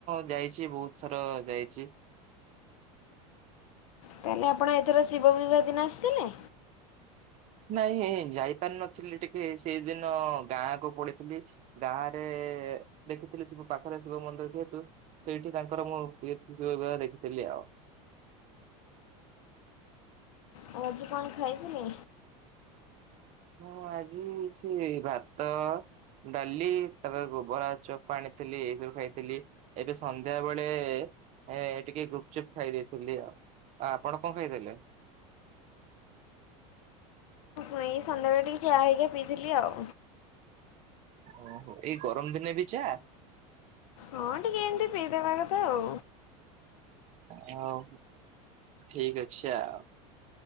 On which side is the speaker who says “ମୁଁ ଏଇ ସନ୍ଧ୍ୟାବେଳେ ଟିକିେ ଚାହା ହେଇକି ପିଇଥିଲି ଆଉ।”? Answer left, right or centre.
Left